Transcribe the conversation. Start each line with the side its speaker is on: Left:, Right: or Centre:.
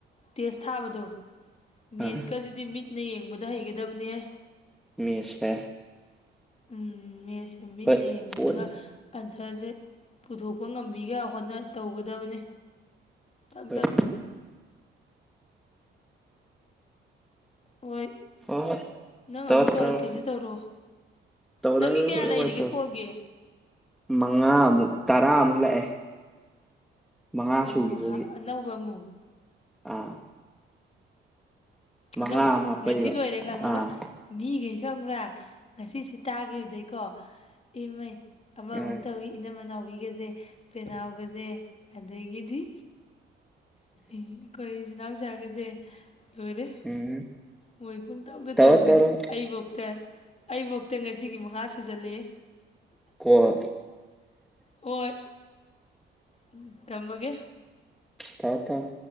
Left: ꯇꯦꯁ ꯊꯥꯕꯗꯣ ꯃꯦꯁꯀꯖꯤꯗꯤ
Centre: ꯑꯥ
Left: ꯃꯤꯠꯅ ꯌꯦꯡꯕꯗ ꯍꯩꯒꯗꯕꯅꯤꯍꯦ
Centre: ꯃꯦꯁꯁꯦ
Left: ꯎꯝ ꯃꯦꯁꯁꯦ ꯃꯤꯠꯅ
Centre: ꯍꯣꯏ
Left: ꯌꯦꯡꯕꯗꯒ
Centre: ꯍꯣꯏ
Left: ꯑꯟꯁꯔꯖꯦ ꯄꯨꯊꯣꯛꯄ ꯉꯝꯕꯤꯒ ꯍꯣꯠꯅ ꯇꯧꯒꯗꯕꯅꯦ ꯇꯛ
Centre: ꯍꯣꯏ
Left: ꯇꯛ ꯍꯣꯏ
Centre: ꯍꯣꯏ ꯍꯣꯏ
Left: ꯅꯪ
Centre: ꯇꯧꯔꯣ
Left: ꯑꯃꯨꯛ ꯇꯧꯔꯛꯀꯦꯖꯨ
Centre: ꯇꯧꯔꯣ
Left: ꯇꯧꯔꯛꯑꯣ
Centre: ꯇꯧꯔꯔꯣꯏ
Left: ꯅꯪꯒꯤ ꯀꯌꯥ
Centre: ꯍꯣꯔꯦꯟ
Left: ꯂꯩꯔꯤꯒꯦ
Centre: ꯋꯥꯏ ꯇꯧꯔꯣ
Left: ꯀꯣꯜꯒꯤ
Centre: ꯃꯉꯥꯃꯨꯛ ꯇꯔꯥꯃꯨꯛ ꯂꯥꯛꯑꯦ ꯃꯉꯥ
Left: ꯑꯝꯍꯥ
Centre: ꯁꯨꯈꯤꯕꯒꯤ
Left: ꯑꯅꯧꯕ ꯑꯃꯨꯛ
Centre: ꯑꯥ ꯃꯉꯥ
Left: ꯑꯅꯧꯕ
Centre: ꯑꯃ ꯍꯥꯞꯄꯛꯏꯕ
Left: ꯉꯁꯤ ꯂꯣꯏꯔꯦ ꯈꯪꯉꯕ꯭ꯔꯥ
Centre: ꯑꯥ
Left: ꯃꯤꯒꯩꯖꯦ ꯈꯪꯕ꯭ꯔꯥ ꯉꯁꯤ ꯁꯤ ꯇꯥꯒꯤꯝ ꯗꯩꯀꯣ ꯏꯃꯩ ꯑꯃꯃꯨꯛ
Centre: ꯑꯥ
Left: ꯇꯧꯋꯤ ꯏꯅꯝꯃꯥ ꯅꯥꯎꯕꯤꯒꯖꯦ ꯄꯦꯅꯥꯎꯒꯖꯦ ꯑꯗꯒꯤꯗꯤ ꯑꯩꯈꯣꯏ ꯏꯆꯤꯟ ꯅꯥꯎꯆꯥꯒꯖꯦ ꯂꯣꯏꯔꯦ
Centre: ꯎꯝ
Left: ꯃꯣꯏ ꯄꯨꯡꯇꯧꯇꯥ
Centre: ꯇꯧꯔꯣ
Left: ꯇꯧꯕꯤꯅꯤ
Centre: ꯇꯧꯔꯣ
Left: ꯑꯩꯕꯧꯇ ꯑꯩꯕꯧꯇ ꯉꯁꯤꯒꯤ ꯃꯉꯥ ꯁꯨꯖꯜꯂꯦ
Centre: ꯀꯣꯜ
Left: ꯍꯣꯏ ꯎꯝ ꯊꯝꯃꯒꯦ
Centre: ꯊꯝꯃꯣ ꯊꯝꯃꯣ